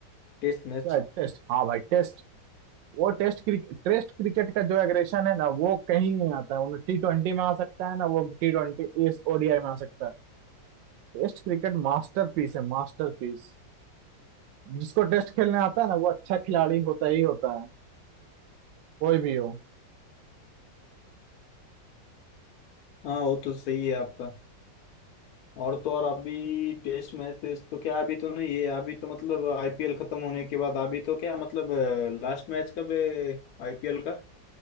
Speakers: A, on the left (about 65°); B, on the right (about 80°).
A: टेस्ट मैच
B: क्या टेस्ट हाँ भाई टेस्ट वो टेस्ट क्रिकेट टेस्ट क्रिकेट का जो एग्रेशन है ना वो कहीं नहीं आता है वो टी ट्वेंटी में आ सकता है ना वो टी ट्वेंटी इस ओडीआई में आ सकता है टेस्ट क्रिकेट मास्टरपीस है मास्टरपीस जिसको टेस्ट खेलने आता है ना वो अच्छा खिलाड़ी होता ही होता है कोई भी हो
A: हाँ वो तो सही है आपका और तो और अभी टेस्ट मैच वेस्ट तो क्या अभी तो नहीं है अभी तो मतलब आईपीएल खत्म होने के बाद अभी तो क्या मतलब लास्ट मैच कब है आईपीएल का